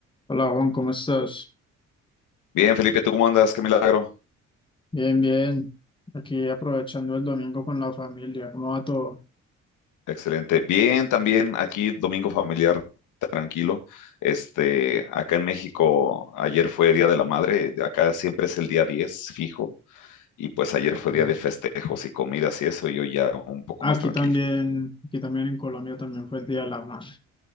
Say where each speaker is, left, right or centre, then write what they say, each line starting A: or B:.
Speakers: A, on the left; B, on the left.
A: Hola Juan, ¿cómo estás?
B: Bien, Felipe, ¿tú cómo andas? Qué milagro.
A: Bien, bien. Aquí aprovechando el domingo con la familia. ¿Cómo va todo?
B: Excelente. Bien, también aquí domingo familiar, tranquilo. Este, acá en México, ayer fue Día de la Madre, acá siempre es el día 10 fijo, y pues ayer fue día
A: Mm.
B: de festejos y comidas y eso, y yo ya un poco
A: Aquí
B: más tranquilo.
A: también, aquí también en Colombia también fue el Día de la Madre.